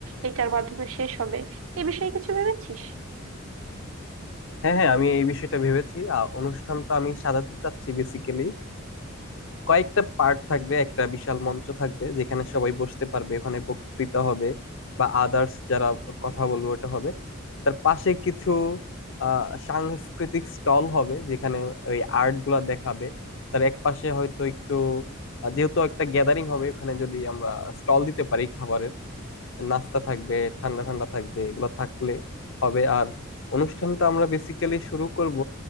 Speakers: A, on the right; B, on the left.
A: এটার মাধ্যমে শেষ হবে এই বিষয়ে কিছু ভেবেছিস
B: হ্যাঁ হ্যাঁ আমি এই বিষয়টা ভেবেছি আর অনুষ্ঠানটা আমি সাজাতে চাচ্ছি বেসিক্যালি কয়েকটা পার্ট থাকবে একটা বিশাল মঞ্চ থাকবে যেখানে সবাই বসতে পারবে ওখানে বক্তৃতা হবে বা আদার্স যারা কথা বলবে ওটা হবে তার পাশে কিছু আহ সাংস্কৃতিক স্টল হবে যেখানে ওই আর্ট গুলা দেখাবে তার এক পাশে হয়তো একটু আহ, যেহেতু একটা গ্যাদারিং হবে ওখানে যদি আমরা স্টল দিতে পারি খাবারের নাস্তা থাকবে ঠান্ডা ঠান্ডা থাকবে এগুলো থাকলে হবে আর অনুষ্ঠানটা আমরা বেসিক্যালি শুরু করব